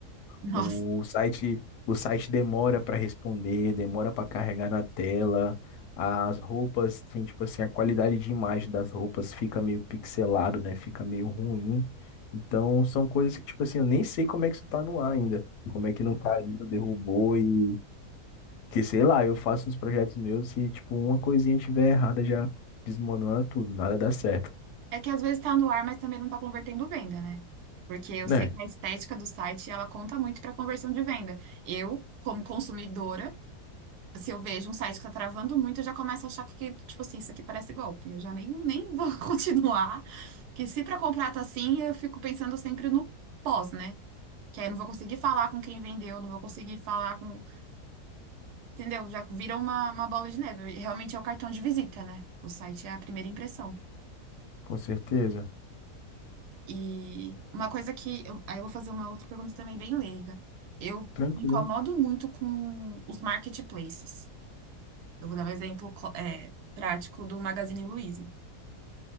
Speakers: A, on the right; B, on the left.
A: Nossa.
B: O site, o site demora para responder, demora para carregar na tela. As roupas, tem tipo assim, a qualidade de imagem das roupas fica meio pixelado, né? Fica meio ruim. Então, são coisas que, tipo assim, eu nem sei como é que isso tá no ar ainda. Como é que não caiu, derrubou e que sei lá, eu faço uns projetos meus e tipo uma coisinha estiver errada já desmorona tudo, nada dá certo.
A: É que às vezes está no ar, mas também não está convertendo venda, né? Porque eu
B: né
A: sei que a estética do site, ela conta muito para conversão de venda. Eu, como consumidora, se eu vejo um site que está travando muito, eu já começo a achar que, tipo assim, isso aqui parece golpe. Eu já nem, nem vou <laughs> continuar. Que se para comprar tá assim, eu fico pensando sempre no pós, né? Que aí eu não vou conseguir falar com quem vendeu, não vou conseguir falar com. Entendeu? Já vira uma, uma bola de neve. Realmente é o cartão de visita, né? O site é a primeira impressão.
B: Com certeza.
A: E uma coisa que eu, aí eu vou fazer uma outra pergunta também bem leiga. Eu
B: Tranquilo.
A: me incomodo muito com os marketplaces. Eu vou dar um exemplo, cl- é, prático do Magazine Luiza.